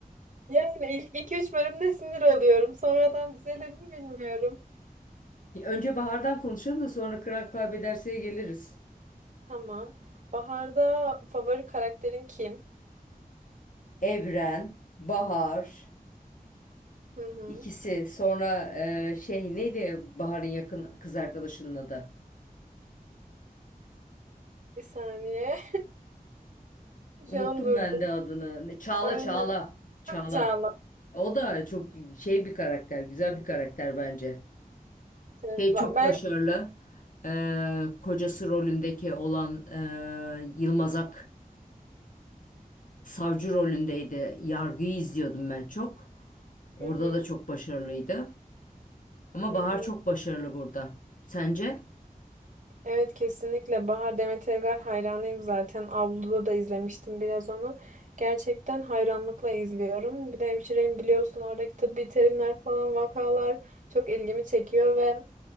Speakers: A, on the right (about 55°); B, on the left (about 60°).
A: Yani ilk 2-3 bölümde sinir oluyorum. Sonradan düzelir mi bilmiyorum.
B: <laughs> Önce Bahar'dan konuşalım da sonra Kral Kaybederse'ye geliriz.
A: Tamam. Bahar'da favori karakterin kim?
B: Evren, Bahar.
A: Hı hı.
B: İkisi sonra e, şey neydi Bahar'ın yakın kız arkadaşının adı?
A: Bir saniye. <laughs>
B: Unuttum
A: Şu an durdum.
B: ben de adını. Ne- Çağla
A: Aynen.
B: Çağla. Çağla.
A: Ah, Çağla.
B: O da çok şey bir karakter, güzel bir karakter bence.
A: Evet,
B: Şey
A: ba-
B: çok
A: ben
B: başarılı. E, kocası rolündeki olan e, Yılmaz Ak savcı rolündeydi. Yargıyı izliyordum ben çok. Orada
A: hı hı,
B: da çok başarılıydı. Ama
A: hı
B: Bahar
A: hı.
B: çok başarılı burada. Sence?
A: Evet kesinlikle Bahar Demet Evgar hayranıyım zaten. Avluda da izlemiştim biraz onu. Gerçekten hayranlıkla izliyorum. Bir de hemşireyim biliyorsun oradaki tıbbi terimler falan vakalar çok ilgimi çekiyor ve